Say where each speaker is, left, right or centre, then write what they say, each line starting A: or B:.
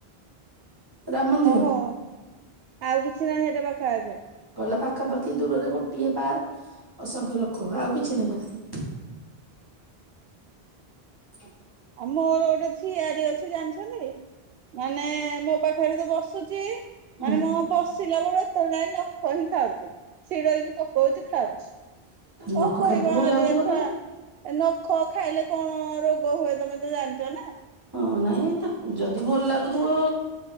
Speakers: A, on the right; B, on the right.
A: ରାମ ମନ୍ଦିର
B: ଓହୋ ଆଉ କିଛି ନାହିଁ, ସେଇଟା ପାଖା ଆଖିଆ।
A: କଇଲା ପାଖାପାଖି ଦୂରରେ ଗୋଟିଏ ପାର୍କ, ଅସଂଖ୍ୟ ଲୋକ ଆଉ କିଛି ନାଇଁ ପାଖରେ। ହ
B: ଆଉ ମୋର ଗୋଟେ ଝିଆରି ଅ ଜାଣିଛନ୍ତି ମାନେ ମୋ ପାଖରେ ତ ବସୁଚି
A: ହୁଁ
B: ମାନେ ମୁଁ ବ ସିଲା ବେଳେ ତଳେ ଯାଇଁ ନଖ ହିଁ ଖାଉଛି। ଛିଡେଇକି ପକଉଛି, ଖାଉଛି। କଣ
A: ନଖ
B: କହିବ
A: ଖାଇବାକୁ ଭଲ
B: ଆଜିକାଲି
A: ଲାଗୁଥିବ ତାକୁ
B: ଛୁଆ। ନଖ ଖାଇଲେ କଣ ରୋଗ ହୁଏ, ତମେ ତ ଜାଣିଚ ନା?
A: ହଁ ନାଇଁ ତାକୁ। ଯଦି ଭଲ ଲାଗୁଥିବ